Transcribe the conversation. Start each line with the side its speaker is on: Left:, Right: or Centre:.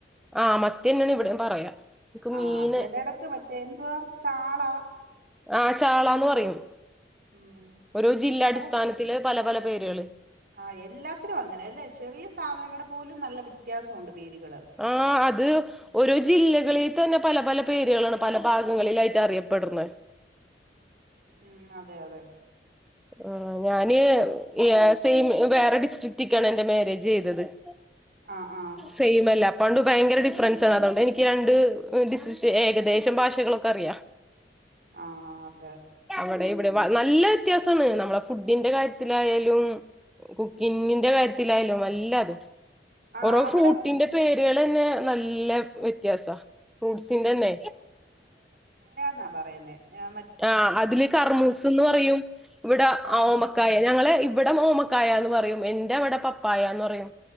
Centre: ആഹ് മത്തിയെന്നെയാണ് ഇവിടെം പറയാ ഇക്ക്
Right: ആഹ്
Centre: മീന്
Right: ചെലടത്ത് മറ്റേ എന്തുവാ ചാള
Centre: ആ ചാളാന്ന് പറയും
Right: ഉം
Centre: ഒരോ ജില്ലാ
Right: നമ്മടെ
Centre: അടിസ്ഥാനത്തില് പല പല പേരുകള്
Right: ആഹ് എല്ലാത്തിനും അങ്ങനെ അല്ലെ? ചെറിയ സാധനങ്ങള് പോലും നല്ല വ്യത്യാസം ഒണ്ട് പേരുകള്
Centre: ആഹ് അത് ഓരോ ജില്ലകളി തന്നെ പല പല പേരുകളാണ് പല ഭാഗങ്ങളിലായിട്ട് അറിയപ്പെട്ണെ
Right: ഉം അതെ അതെ
Centre: ആഹ് ഞാന് സെയിം വേറെ ഡിസ്ട്രിക്റ്റ്ക്കാണ് എന്റെ മാരേജ് ചെയ്തത് ആഹ്
Right: ആഹ് ആഹ്
Centre: സെയിമല്ല അപ്പ അഹോണ്ട് ഭയങ്കര ഡിഫറൻസാണ് അതുകൊണ്ട് എനിക്ക് രണ്ട് ഡിസ്‌ട്രിക്റ്റ് ഏകദേശം ഭാഷകളൊക്കെ അറിയാ
Right: ആഹ് അതെ
Centre: അവിടെ
Right: ഉം
Centre: ഇവിടെ നല്ല വ്യത്യാസ ണ് നമ്മളെ ഫുഡിന്റെ കാര്യത്തിലായാലും കുക്കിങ്ങിന്റെ കാര്യത്തിലായലും എല്ലാതും
Right: ആഹ്
Centre: ഓരോ
Right: അവിടെ
Centre: ഫ്രൂട്ടിന്റെ പേരുകളന്നെ നല്ല വ്യത്യാസ ഫ്രൂട്ട്സിന്റെന്നെ
Right: ന്നാ പറയുന്നേ ഏഹ്
Centre: ആഹ് അതില് കർമൂസ്ന്ന് പറയും. ഇവിടെ
Right: ആഹ്
Centre: ഓമ ക്കായ ഞങ്ങള് ഇവിടെ ഓമക്കായ എന്ന് പറയും. എന്റെ അവിടെ പപ്പായാന്ന് പറയും.